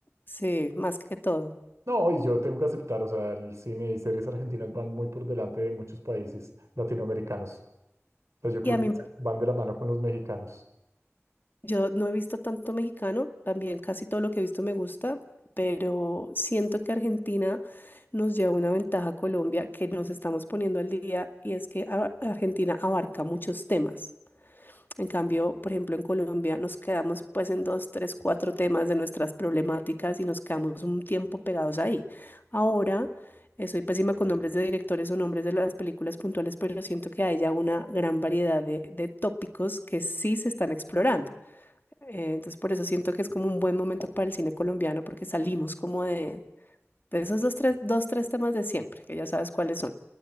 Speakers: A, on the left; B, on the right.
A: sí, más que todo.
B: No, y yo tengo que aceptar, o sea, el cine y series argentinas van muy por delante de muchos países latinoamericanos. O sea, yo creo
A: y a
B: que
A: mí
B: van de la mano con los mexicanos.
A: Yo no he visto tanto mexicano, también casi todo lo que he visto me gusta, pero siento que Argentina nos lleva una ventaja a Colombia que nos estamos poniendo al día y es que a- Argentina abarca muchos temas. En cambio, por ejemplo, en Colombia nos quedamos pues en dos, tres, cuatro temas de nuestras problemáticas y nos quedamos un tiempo pegados ahí. Ahora, eh, soy pésima con nombres de directores o nombres de las películas puntuales, pero siento que hay ya una gran variedad de de tópicos que sí se están explorando. Eh, entonces por eso siento que es como un buen momento para el cine colombiano porque salimos como de, de esos dos tres, dos, tres temas de siempre, que ya sabes cuáles son.